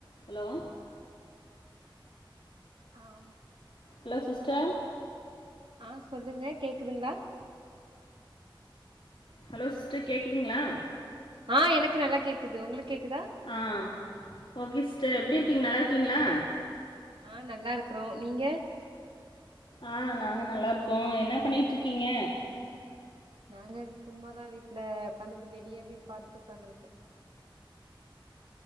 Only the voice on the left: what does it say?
hello
Hello
sister
ஹலோ சிஸ்டர் கேக்குதுங்களா
ஆ ஓகே சிஸ்டர் எப்டி இருக்கீங்க நல்லாருக்கீங்களா
ஆ நாங்க நல்லாருக்கோ என்ன பண்ணிட்ருக்கீங்க